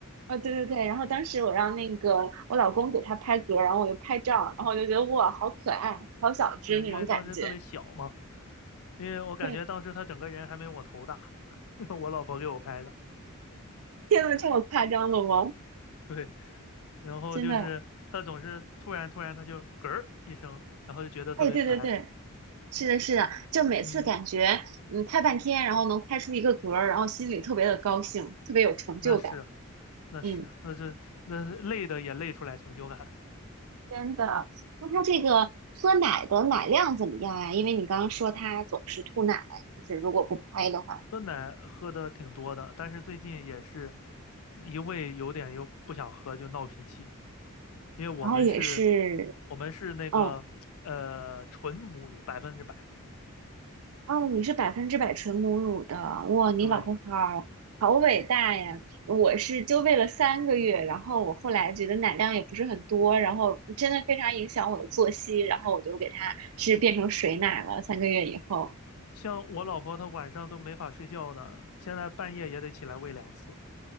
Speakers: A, on the right (about 70°); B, on the left (about 70°).
A: 哦，对对对，然后当时我让那个我老公给它拍嗝，然后我就拍照，然后我就觉得哇，好可爱，好小只那种感觉。
B: 对，因为当时特别小嘛，因为我感觉当时他整个人还没我头大，
A: 对，
B: <laughs> 我老婆给我拍的。
A: 天呐，这么夸张了吗？
B: 对，然后就是他总是突然突然他就嗝儿一声，
A: 真的。
B: 然后就觉得特别可爱。
A: 哎，对对对，是的，是的，就每次感觉嗯拍半天，
B: 嗯，
A: 然后能拍出一个格儿，然后心里特别的高兴，特别有成就感。
B: 那是啊。那是，
A: 嗯，
B: 那就那累的也累出来成就感了
A: 真的，那他这个喝奶的奶量怎么样呀？因为你刚刚说他总是吐奶，就是如果不拍的话，
B: 喝奶喝的挺多的，但是最近也是一味有点又不想喝就闹脾气，因为我们是，
A: 然后也是，
B: 我们是那个呃纯母乳百分之百。
A: 嗯。哦，你是百分之百纯母乳的，哇，你老婆好好伟大呀！
B: 对，
A: 我是就喂了三个月，然后我后来觉得奶量也不是很多，然后真的非常影响我的作息，然后我就给它是变成水奶了。三个月以后，
B: 像我老婆她晚上都没法睡觉的，现在半夜也得起来喂两次，